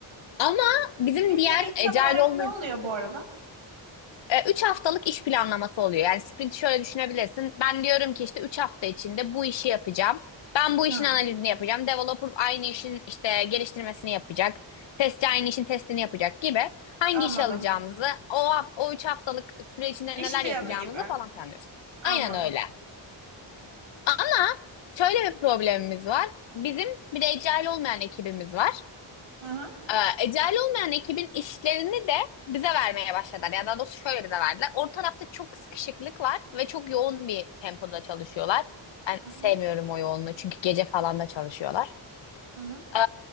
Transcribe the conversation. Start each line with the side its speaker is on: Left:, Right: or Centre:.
Left: Ama bizim
Right: Bütün
Left: diğer
Right: dediğin tam
Left: Agile
Right: olarak
Left: olmayan
Right: ne oluyor bu arada?
Left: E, Üç haftalık iş planlaması oluyor. Yani sprinti şöyle düşünebilirsin. Ben diyorum ki işte üç hafta içinde bu işi yapacağım. Ben bu
Right: Hı,
Left: işin analizini yapacağım. Developer aynı işin işte geliştirmesini yapacak. Testçi aynı işin testini yapacak gibi. Hangi
Right: anladım.
Left: işi alacağımızı, o, haf- o üç haftalık süre içinde
Right: İş
Left: neler
Right: planı
Left: yapacağımızı
Right: gibi.
Left: falan planlıyoruz.
Right: Anladım.
Left: Aynen öyle. Ama şöyle bir problemimiz var. Bizim bir de agile olmayan ekibimiz var.
Right: Hı hı.
Left: Ee, Ecel olmayan ekibin işlerini de bize vermeye başladılar. Yani daha doğrusu şöyle bize verdiler. Orta tarafta çok sıkışıklık var ve çok yoğun bir tempoda çalışıyorlar. Ben
Right: Hı
Left: sevmiyorum
Right: hı.
Left: o yoğunluğu çünkü gece falan da çalışıyorlar.
Right: Hı hı.
Left: Ee,